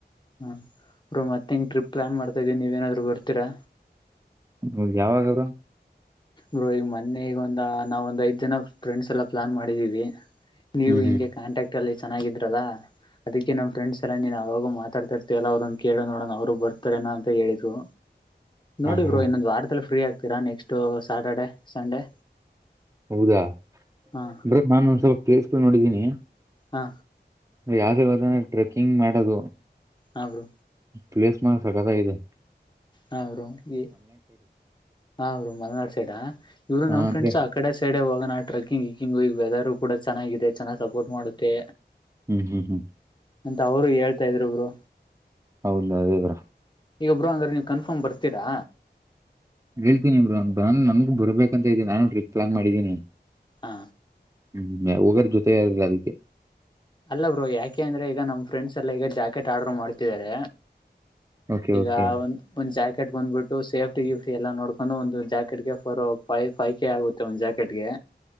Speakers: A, on the left (about 25°); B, on the right (about 15°).
A: ಹಾರು ಮತ್ತೆ ಹೆಂಗ ಟ್ರಿಪ್ ಪ್ಲಾನ್ ಮಾಡ್ತಾ ಇದೀಿ ನೀವ ಏನಾದ್ರು ಬರ್ತೀರಾ
B: ನಮಗ್ ಯಾವಾಗ್ರ
A: ಗೋ ಈಗ ಮೊನ್ನೆ ಈಗ ಒಂದ ನಾವ ಒಂದ್ ಐದ್ ಜನ ಫ್ರೆಂಡ್ಸ್ ಎಲ್ಲ ಪ್ಲಾನ್ ಮಾಡಿದೀವಿ ನೀವು
B: ಹ್ಮ್
A: ಹಿಂಗೆ
B: ಹ್ಮ್
A: ಕಾಂಟ್ಯಾಕ್ಟ್ ಅಲ್ಲಿ ಚೆನ್ನಾಗಿದ್ರಲ್ಲಾ ಅದಕ್ಕೆ ನಮ್ಮ್ ಫ್ರೆಂಡ್ಸ್ ಎಲ್ಲ ಯಾವಾಗೂ ಮಾತಾಡ್ತಾ ಇರ್ತಯಲ್ಲ ಅವ್ರನ್ನ ಕೇಳ ನೋಡೋಣ ಅವರು ಬರ್ತಾರೇನ ಅಂತ ಹೇಳಿದ್ರು ನೋಡಿ
B: ಹ
A: ಬ್ರೋ
B: ಹಾ
A: ಇನ್ನೊಂದು್ ವಾರದಲ್ಲಿ ಫ್ರೀ ಆಗ್ತೀರಾ ನೆಕ್ಸ್ಟ್ ಸ್ಯಾಟರ್ಡೆ ಸಂಡೆ
B: ಹೌದಾ
A: ಹಾ
B: ಬ್ರ ನಾನುೊಂದ್ ಸ್ವಲ್ಪ ಪ್ಲೇಸ್ಗಳು ನೋಡಿದ್ದೀನಿ
A: ಹಾ
B: ಯಾವ್ದ್ರ ಹದೆ ಟ್ರೆಕ್ಕಿಂಗ್ ಮಾಡದು
A: ಹಾ ಬ್ರೋ
B: ಪ್ಲೇಸ್ ಮ ಸಕತ ಇದೆ
A: ಹ್ರಮಿಗೆ ಹಾ ಅವರು ಮಲ್ನಾಡ್ ಸೈಡ್ಾ ಇ್ರು
B: ಹ
A: ನಮ್
B: ಅಂದ್ರೆ
A: ಫ್ರಂಡ್ಸ್ ಆ ಕಡೆ ಸೈಡ್ ಹೋಗ ನಾ ಟ್ರೆಕ್ಕಿಂಗ್ ಹಿಂಗ್ ಈ ವೆದರ್ ಕೂಡ ಚೆನ್ನಾಗಿದೆ ಚೆನ್ನಾಗಿ ಸಪೋರ್ಟ್ ಮಾಡುತ್ತೆ
B: ಹ್ಮ್ ಹ್ಮ್ ಹ್ಮ್
A: ಅಂತ ಅವರು ಹೇಳ್ತಾ ಇದರುಬ್ರು
B: ಹೌದ ಇವರ
A: ಈಗೊಬ್ಬರು ಹಂಗ್ರೆ ನೀವು ಕನ್ಫರ್ಮ್ ಬರ್ತೀರಾ
B: ಹೇಳ್ತೀನಿ ಇಬ್ರು ನನ್ ನಮ್ಗ್ ಬರ್ಬೇಕಂತ ಇದ್ದೆ ನಾನು ಟ್ರಿಪ್ ಪ್ಲಾನ್ ಮಾಡಿದ್ದೀನಿ
A: ಹಾ
B: ಹ್ಮ್ ಹಗರ್ ಜೊತೆ ಇಲಿಲ್ಲ ಅದಕ್ಕೆ
A: ಅಲ್ಲ ಬ್ರೋ ಯಾಕೆ ಅಂದ್ರೆ ಈಗ ನಮ್ಮ್ ಫ್ರೆಂಡ್ಸ್ ಎಲ್ಲ ಈಗ ಜಾಕೆಟ್ ಆರ್ಡರ್ ಮಾಡ್ತಿದ್ದಾರೆ
B: ಓಕೆ
A: ಈಗ
B: ಓಕೆ
A: ಒಂದ ಒಂದ್ ಜಾಕೆಟ್ ಬಂದ್ಬಿಟ್ಟು ಸೇಫ್ಟ ಫಿ ಎಲ್ಲ ನೋಡ್ಕೊಂಡು ಒಂದು ಜಾಕೆಟ್ಗೆ ಫೋರ್ ೈ ಫೈ ಕೆ ಆಗುತ್ತೆ ಒಂದು ಜಾಕೆಟ್ಗೆ